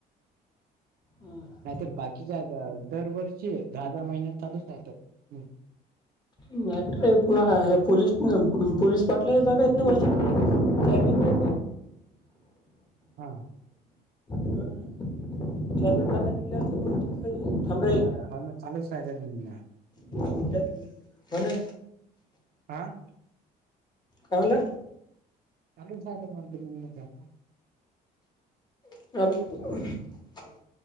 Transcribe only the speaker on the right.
नाहीतर बाकीच्या दर दरवर्षी दहा दहा महिन्यात चालूच राहतात. <inaudible>
हा.
<unintelligible>
आ.
<unintelligible>